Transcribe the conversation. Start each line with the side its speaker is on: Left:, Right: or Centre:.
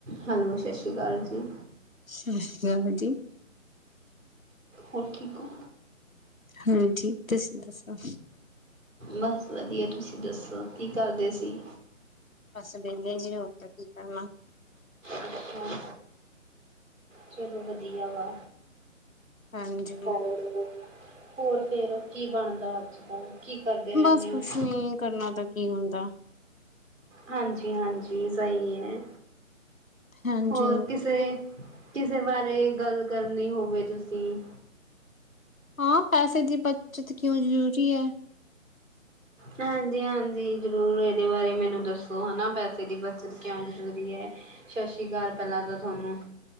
Right: Hello, ਸਤਿ ਸ਼੍ਰੀ ਅਕਾਲ ਜੀ।
Left: ਸਤਿ ਸ਼੍ਰੀ ਅਕਾਲ ਜੀ।
Right: ਹੋਰ ਠੀਕ ਆ
Left: ਹਾਂਜੀ ਦੱਸੋ ਦੱਸੋ
Right: ਬਸ ਵਧੀਆ ਤੁਸੀਂ ਦੱਸੋ ਕੀ ਕਰਦੇ ਸੀ
Left: ਬਸ ਵਹਆ ਜੀ ਹੋਰ ਤਾਂ ਕੀ ਕਰਨਾ
Right: ਅੱਛਾ ਚਲੋ ਵਧੀਆ ਵਾ
Left: ਹਾਂਜੀ
Right: ਹੋਰ? ਹੋਰ ਫੇਰ ਕੀ ਬਣਦਾ ਅੱਜ ਕੱਲ? ਕੀ ਕਰਦੇ ਰਹਿੰਦੇ
Left: ਬਸ
Right: ਹੋ?
Left: ਕੁਛ ਨੀ ਕਰਨਾ ਤਾਂ ਕੀ ਹੁੰਦਾ
Right: ਹਾਂਜੀ ਹਾਂਜੀ ਸਹੀ ਹੈ।
Left: ਹਾਂਜੀ
Right: ਹੋਰ ਕਿਸੇ ਕਿਸੇ ਬਾਰੇ ਗੱਲ ਕਰਨੀ ਹੋਵੇ ਤੁਸੀਂ?
Left: ਹਾਂ ਪੈਸੇ ਦੀ ਬੱਚਤ ਕਿਉਂ ਜ਼ਰੂਰੀ ਹੈ?
Right: ਹਾਂਜੀ, ਹਾਂਜੀ ਜ਼ਰੂਰ ਇਹਦੇ ਬਾਰੇ ਮੈਨੂੰ ਦੱਸੋ ਹੈ ਨਾ ਪੈਸੇ ਦੀ ਬੱਚਤ ਕਿਉਂ ਜ਼ਰੂਰੀ ਹੈ। ਸਤਿ ਸ੍ਰੀ ਅਕਾਲ ਪਹਿਲਾਂ ਤਾਂ ਤੁਹਾਨੂੰ